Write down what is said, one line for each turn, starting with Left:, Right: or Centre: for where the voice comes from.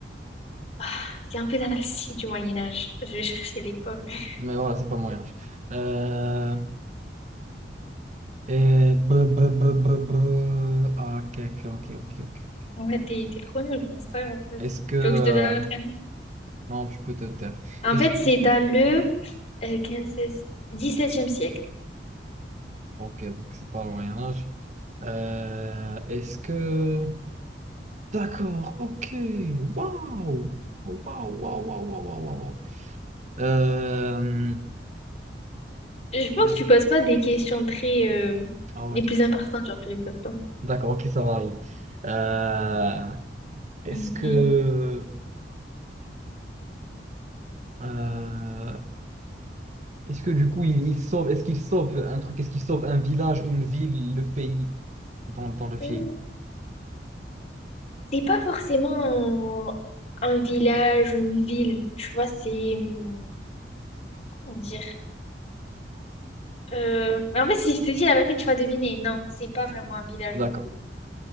Left: Ah, c'est un peu dans le style du Moyen-Âge. Je vais chercher l'époque. <laughs>
Right: Mais voilà, c'est pas au Moyen-Âge. Euh, et... b b b b b. ah, Ok, ok, ok, ok, ok. ok.
Left: En fait, t'es t'es trop nul, quoi, c'est pas grave. vas-y.
Right: Est-ce que... euh,
Left: Tu veux que je te donne un autre indice
Right: Non, tu peux te taire.
Left: En
Right: Est-ce
Left: fait,
Right: que...
Left: c'est dans le euh, quinze seize dix septième siècle.
Right: Ok, donc c'est pas au Moyen-Âge. Euh, Est-ce que... D'accord, ok. Waouh! Waouh, waouh, waouh, waouh, waouh, waouh, waouh. Euh,
Left: Je pense
Right: Ah
Left: que tu poses pas des questions très euh,
Right: ah ouais.
Left: les plus importantes, genre tu les poses pas.
Right: D'accord, ok, ça varie. Euh, est-ce
Left: Mhm.
Right: que, euh, est-ce que du coup, il, il sauve, est-ce qu'il sauve un truc, est-ce qu'il sauve un village, une ville, le pays dans, dans le film?
Left: Mm. C'est pas forcément un, un village ou une ville, tu vois, c'est hum, comment dire. Euh, en fait, si je te dis la vérité, tu vas deviner. Non, c'est pas vraiment un village
Right: D'accord.
Left: ou une ville.